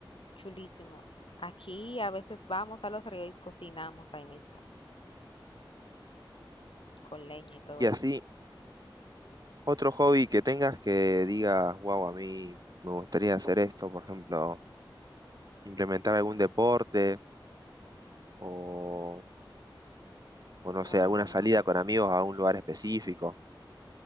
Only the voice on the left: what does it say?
chulísimo. Aquí a veces vamos a los ríos y cocinamos ahí mismo. con leña y todo
eso.
Ah,